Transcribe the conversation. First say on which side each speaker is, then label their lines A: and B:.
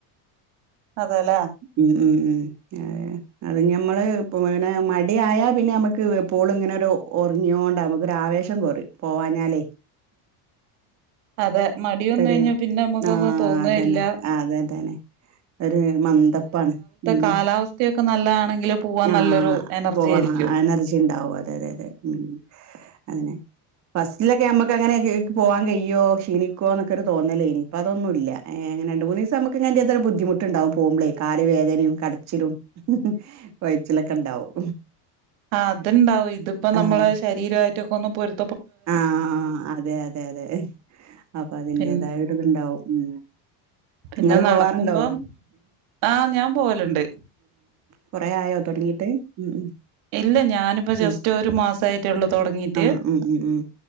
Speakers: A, on the right; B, on the right.
A: അതെല്ലേ
B: ഉം ഉം ഉം ഏ അത് ഞമ്മള് പിന്നെ മടിയായ പിന്നെ നമ്മുക്ക് എപ്പോളും ഇങ്ങനെരു ഒറങ്ങിയോണ്ട് നമുക്കൊ ആവേശം കൊറയും പോവാഞ്ഞാലേ
A: അതെ മടി വന്നു
B: ഒരു
A: കഴിഞ്ഞാൽ പിന്നെ നമ്മുക്കൊന്നും
B: ആഹ്
A: തോന്നേം
B: അതന്നെ
A: ഇല്ലാ.
B: അതന്നെ ഒരു മന്ദപ്പാണ് ഉം
A: കാലാവസ്ഥയൊക്കെ നല്ലതാണെങ്കില് പോവാൻ
B: ആഹ്
A: നല്ലൊരു എനർജി
B: ബോ
A: ആയിരിക്കും
B: എനർജി ഇണ്ടാവും അതെ അതെ ഉം അങ്ങനെ ഫസ്റ്റ്ല ക്കെ നമ്മുക്ക് അങ്ങനെ പോവാൻ കയ്യോ ക്ഷീണി ക്കോന്നൊക്കെ ഒരു തോന്നലേനി ഇപ്പ അതൊന്നുമല്ല എഹ് രണ്ട് മൂന്ന് ദിവസം നമുക്ക് <unintelligible> ബുദ്ധിമുട്ടുണ്ടാവും പോകുമ്പളേ കാല് വേദനയും കടച്ചിലും കൊഴച്ചിലൊക്കെ ഉണ്ടാവും.
A: ആ അതിണ്ടാവും ഇതിപ്പോ നമ്മളെ
B: ആഹ്
A: ശരീരമായി ട്ടിക്കൊന്നും പൊരു
B: ആഹ് അതെ അതെ അതെ അപ്പോ അതിന്റേതായ
A: പി
B: ഒരു ഇതുണ്ടാവും ഉം
A: പിന്നെ
B: നിങ്ങള്
A: നടക്കുമ്പോ
B: പോവാറുണ്ടോ
A: ആഹ് ഞാൻ പോകലിണ്ട്.
B: കുറെ ആയോ തുടങ്ങിട്ട് ഉം ഉം
A: ഇല്ല ഞാനിപ്പോ ജസ്റ്റ്
B: ഉം
A: ഒരു മാസയിട്ടേയുള്ളു തുടങ്ങീട്ട്
B: ആഹ് ഉം ഉം